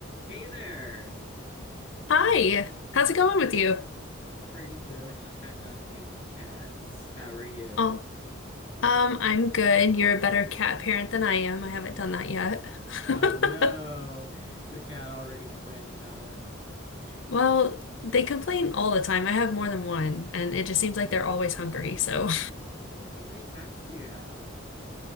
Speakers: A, on the left; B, on the left.
A: Hey there.
B: Hi, how's it going with you?
A: Pretty good. Just got done feeding my cats. How are you?
B: Oh, um, I'm good. You're a better cat parent than I am. I haven't done that yet.
A: Oh
B: <laughs>
A: no. Is your cat already complaining about it?
B: Well, they complain all the time. I have more than one, and it just seems like they're always hungry. So
A: Oh, how many cats do you have?